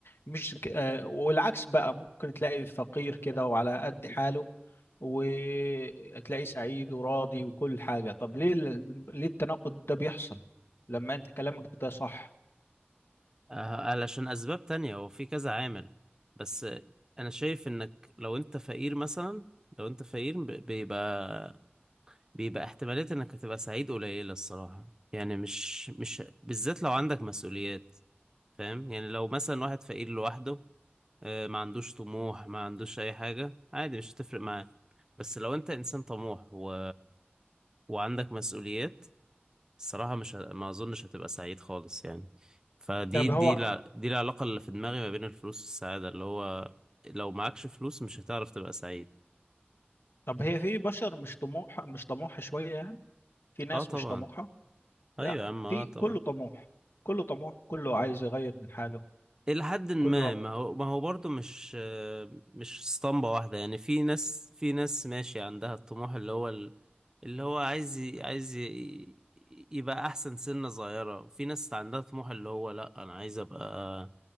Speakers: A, on the left; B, on the right.
A: مش ك- آه، والعكس بقى ممكن تلاقي فقير كده وعلى قد حاله وتلاقيه سعيد وراضي وكل حاجه طب ليه ال- ليه التناقض ده بيحصل لما انت كلامك ده صح
B: علشان اسباب تانية هو في كذا عامل بس انا شايف انك لو انت فقير مثلا لو انت فقير ب- بيبقى بيبقى احتمالية انك هتبقى سعيد قليلة الصراحة يعني مش مش بالذات لو عندك مسؤوليات فاهم يعني لو مثلا واحد فقير لوحده آه، ما عندوش طموح ما عندوش اي حاجة عادي مش هتفرق معاه بس لو انت انسان طموح و... وعندك مسؤوليات الصراحة مش ه... ما اظنش هتبقى سعيد خالص يعني فدي
A: طب
B: دي
A: هو
B: الع... دي العلاقة اللي في دماغي ما بين الفلوس والسعادة اللي هو لو معكش فلوس مش هتعرف تبقى سعيد
A: طب هي في بشر مش طموح مش طموحه شويه في ناس
B: اه طبعا
A: مش طموحة
B: ايوه
A: لا
B: يا عم اه
A: في
B: طبعا
A: كله طموح كله طموح كله عايز يغير من حاله
B: إلى حد ما
A: كله
B: ما هو ما هو برضه مش مش اسطمبة واحدة يعني في ناس في ناس ماشي عندها الطموح اللي هو ال- اللي هو عايز ي- عايز ي- يبقى أحسن سنة صغيرة وفي ناس عندها طموح اللي هو لأ أنا عايز أبقى